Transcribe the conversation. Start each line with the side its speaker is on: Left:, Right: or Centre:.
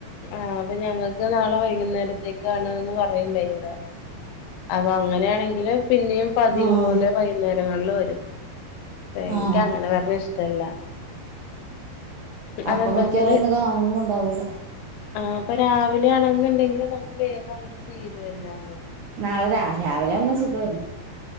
Left: ആഹ് അപ്പൊ ഞങ്ങൾക്ക് നാളെ വൈകുന്നേരത്തേക്കാണ് ന്ന് പറയണ്ടെയി ഇവിടെ? അപ്പ അങ്ങനെയാണെങ്കില് പിന്നെയും പതിവ്
Right: ഉം
Left: പോലെ വൈ ക്കുന്നേരങ്ങളിൽ വരും. ക്ഷേ എനിക്ക്
Right: ആഹ്
Left: അങ്ങനെ വരണത് ഇഷ്ടല്ല. അതെന്താച്ചാല്
Right: അപ്പ മിക്കാവറു ഒന്ന് കാണുന്നു ഉണ്ടാവില്ല.
Left: ആഹ അപ്പൊ രാവിലെ ആണെന്നുണ്ടെങ്കിൽ നമുക്ക് വേഗം അങ്ങോട്ട് തീരുമല്ലോ.
Right: നാളെ രാ രാവിലെ വന്ന് സുഖമായിരുന്നു.